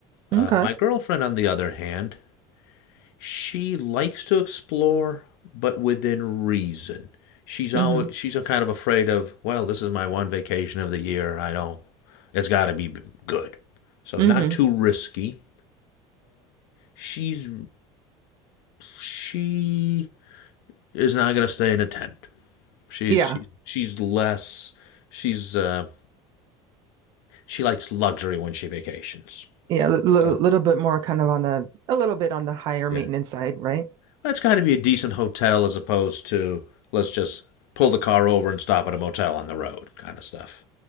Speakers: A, on the left; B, on the right.
A: Uh,
B: Okay.
A: my girlfriend, on the other hand, she likes to explore, but within reason. She's always
B: hmm
A: she's a kind of afraid of. Well, this is my one vacation of the year. I don't. It's got to be good. So
B: hmm
A: not too risky. She's she is not going to stay in a tent. She's
B: Yeah.
A: she's she's less. She's uh, she likes luxury when she vacations.
B: Yeah. A little
A: So
B: bit more kind of on the a little bit on the higher
A: yeah,
B: maintenance side, right?
A: that's got to be a decent hotel as opposed to let's just pull the car over and stop at a motel on the road kind of stuff.